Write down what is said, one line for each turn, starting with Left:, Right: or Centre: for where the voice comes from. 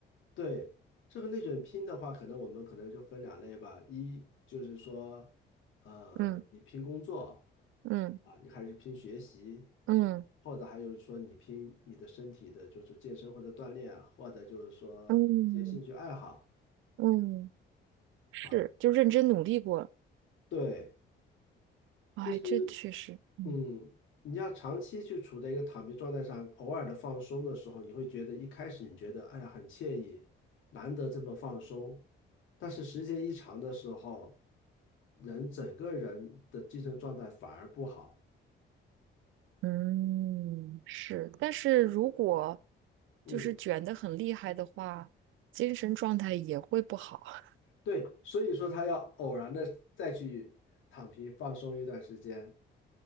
Left: 对，这个内卷拼的话，可能我们可能就分两类吧。一就是说，呃，
Right: 嗯
Left: 你拼工作
Right: 嗯
Left: 啊，你还是拼学习，
Right: 嗯
Left: 或者还有就是说你拼你的身体的，就是健身或者锻炼，或者就是说一些兴趣爱好
Right: 嗯嗯，是，
Left: 啊。
Right: 就认真努力过了。
Left: 对，
Right: 哎，
Left: 其实。
Right: 这确实，嗯
Left: 嗯，你要长期去处在一个躺平状态上，偶尔的放松的时候，你会觉得一开始你觉得哎呀很惬意，难得这么放松，但是时间一长的时候，人整个人的精神状态反而不好。
Right: 嗯是。但是如果
Left: 嗯，
Right: 就是卷的很厉害的话，精神状态也会不好。<laughs>
Left: 对，所以说他要偶然的再去躺平放松一段时间。